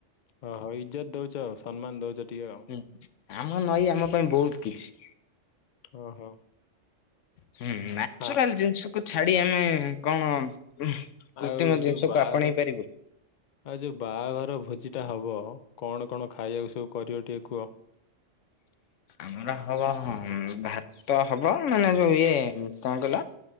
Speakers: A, on the left; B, on the left.
A: ଓ ହୋ ହଉ ଇଜ୍ଜତ ଦଉଛ ଆଉ ସମ୍ମାନ ଦଉଛ ଟିକେ ଆଉ।
B: ହୁଁ ଆମ ନଈ ଆମ ପାଇଁ ବହୁତ୍ କିଛି।
A: ଓହୋ।
B: ହୁଁ ହୁଁ ନାଚୁରାଲ
A: ଆ-
B: ଜିନିଷକୁୁ ଛାଡ଼ି ଆମେ କଣ ଉମ
A: ଆଉ
B: କୃତ୍ରିମ
A: ଯୋଉ
B: ଜିନିଷକୁ
A: ବାହାଘର
B: ଆପଣେଇ ପାରିବୁ।
A: ଆଉ ଯୋଉ ବାହାଘର ଭୋଜିଟା ହେବ କଣ କଣ ଖାଇବାକୁ ସବୁ କରିବ ଟିକେ କୁହ? <inaudible>
B: ଆମର ହବ ଉମ ଭାତ ହବ ମାନେ ଯୋଉ ଇଏ କଣ କହିଲ